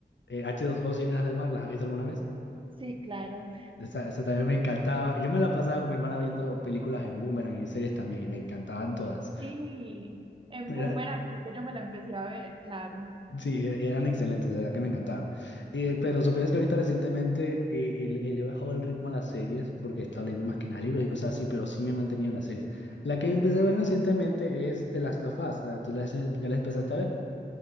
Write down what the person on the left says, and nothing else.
eh, H2O Sirenas del Mar, ¿las has visto alguna vez?
Esa, esa también me encantaba. Yo me la pasaba con mi hermana viendo películas en Boomerang y series también, y me encantaban todas.
Era,
sí, e- eran excelentes, de verdad que me encantaban. Eh, pero supieras que ahorita recientemente eh, eh, le le he bajado el ritmo a las series porque estaba leyendo más que nada libros y cosas así, pero sí me he mantenido en las series. La que empecé a ver recientemente es The Last of Us. Ah, ¿Tú la, ya la empezaste a ver?